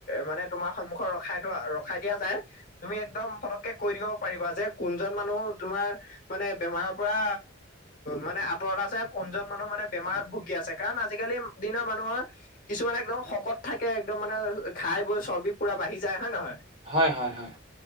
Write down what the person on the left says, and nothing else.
মানে তোমাৰ সন্মুখ ৰখাই থোৱা ৰখাই দিয়া যায়, তুমি একদম পটককে কৈ দিব পাৰিবা যে কোনজন মানুহ তোমাৰ মানে বেমাৰৰ পৰা মানে আঁতৰত। আ কোনজন মানুহ মানে বেমাৰত ভুগি আছে, কাৰণ আজিকালি দিনৰ মানুহৰ কিছুমান একদম শকত থাকে, একদম। মানে খাই বৈ চৰ্বি পুৰা বাঢ়ি যায় হয় নে নহয়।